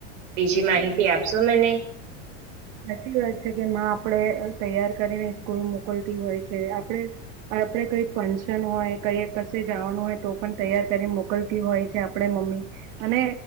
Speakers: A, on the right; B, on the right.
A: બીજી
B: સાચી
A: માહિતી
B: વાત
A: આપશો મને?
B: સાચી વાત છે કે માં આપડે તૈયાર કરીને સ્કૂલ મોકલતી હોય છે. આપણે અહ આપણે કઈ ફંક્શન હોય, કય કશે જવાનું હોય તો પણ તૈયાર કરી મોકલતી હોય છે આપણે મમ્મી. અને